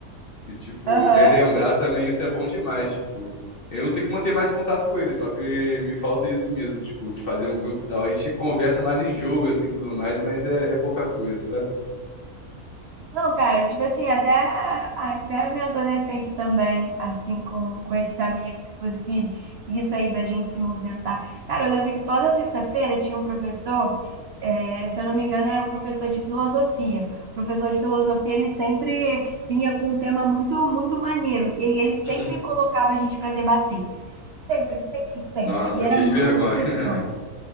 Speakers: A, on the left (about 45°); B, on the right (about 70°).
A: E, tipo,
B: Aham.
A: relembrar também isso é bom demais, tipo. Eu tenho que manter mais contato com ele, só que me falta isso mesmo, tipo, de fazer um grupo e tal. A gente conversa mais em jogo, assim, tudo mais, mas é, é pouca coisa, sabe?
B: Não, cara, tipo assim, até, até a minha adolescência também, assim, com, com esses amigos, inclusive isso aí da gente se movimentar. Cara, eu lembro que toda sexta-feira tinha um professor, eh, se eu não me engano, era um professor de filosofia. O professor de filosofia, ele sempre vinha com um tema muito, muito maneiro, e aí ele sempre
A: Uhum.
B: colocava a gente para debater. Sempre, sempre, sempre.
A: Nossa,
B: E era
A: cheio
B: muito
A: de vergonha. <laughs>
B: bom.